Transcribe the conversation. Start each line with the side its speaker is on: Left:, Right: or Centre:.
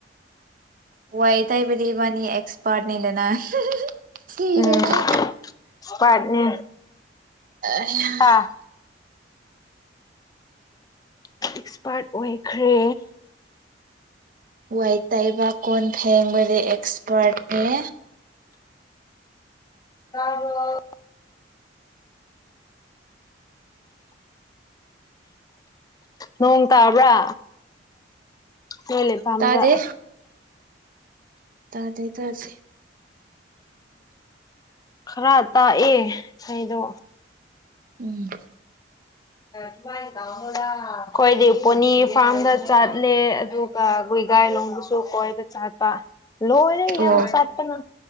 Right: ꯋꯥꯏ ꯇꯩꯕꯗꯤ ꯏꯕꯥꯅꯤ ꯑꯦꯛꯁꯄꯥꯔꯠꯅꯤꯗꯅ ꯁꯤꯔꯦꯍꯦ
Left: ꯎꯝ ꯑꯦꯛꯁꯄꯥꯔꯠꯅꯦ
Right: <unintelligible>
Left: ꯍꯥ ꯑꯦꯛꯁꯄꯥꯔꯠ ꯑꯣꯏꯈ꯭ꯔꯦ
Right: ꯋꯥꯏ ꯇꯩꯕ ꯀꯣꯟ ꯐꯦꯡꯕꯗꯤ ꯑꯦꯛꯁꯄꯥꯔꯠꯅꯦ
Left: ꯇꯥꯕ꯭ꯔꯣ ꯅꯣꯡ ꯇꯥꯕ꯭ꯔꯥ ꯅꯣꯏ ꯂꯩꯐꯝꯗ
Right: ꯇꯥꯗꯦ ꯇꯥꯗꯦ ꯇꯥꯗꯦ
Left: ꯈꯔ ꯇꯥꯛꯑꯦ ꯏꯁꯩꯗꯣ
Right: ꯎꯝ
Left: <unintelligible> ꯑꯩꯈꯣꯏꯗꯤ ꯄꯣꯅꯤ ꯐꯥꯔꯝꯗ ꯆꯠꯂꯦ ꯑꯗꯨꯒ ꯒꯨꯏꯒꯥꯏꯂꯣꯡꯗꯁꯨ ꯀꯣꯏꯕ ꯆꯠꯄ ꯂꯣꯏꯔꯦ
Right: ꯑꯣ
Left: ꯌꯥꯝ ꯆꯠꯇꯅ